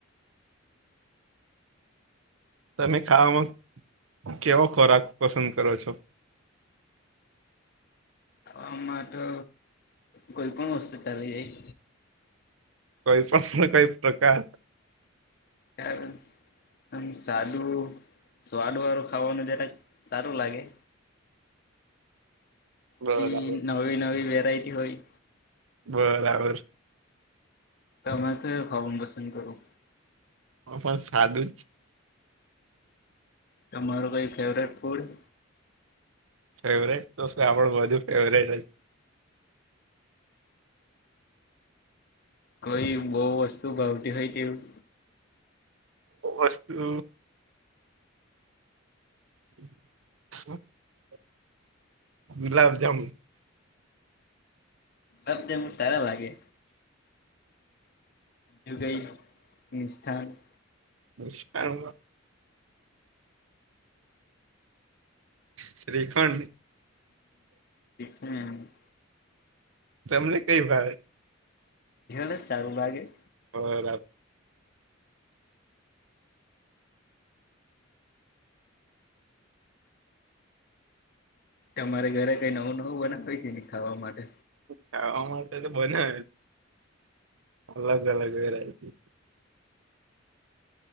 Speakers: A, on the right; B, on the left.
A: તમે ખાવામાં કેવો ખોરાક પસંદ કરો છો. <inaudible>
B: આમાં તો કોઈ પણ વસ્તુ ચાલી જાય.
A: કોઈ પણ કઈ પ્રકાર <unintelligible>
B: હ આમ સાદું સ્વાદ વાળું ખાવાનું જરા સારું લાગે.
A: બરાબર
B: ક નવી નવી વેરાયટી હોય
A: બરાબર
B: તમે તો ખાવ પસંદ કરું.
A: પણ સાધુ
B: તમારું કઈ ફેવરેટ ફૂડ
A: ફેવરેટ તો આપણું બધું ફેવરેટ
B: કઈ બહુ વસ્તુ ભાવતી હોય કેવું
A: ઓ વસ્તુ. <unintelligible> ગુલાબજામુન
B: અધમુ સારા લાગે દુબઈ હસ્થાન <inaudible>
A: ન <unintelligible> શ્રીખંડ.
B: હમ.
A: તમને કઈ ભાવે
B: એ સારુંભાગે.
A: બરાબર
B: તમારે ઘરે કઈ નવું નવું બનેય કે ખાવા માટે.
A: ખાવા માટે તો બને. અલગ અલગ વેરાયટી.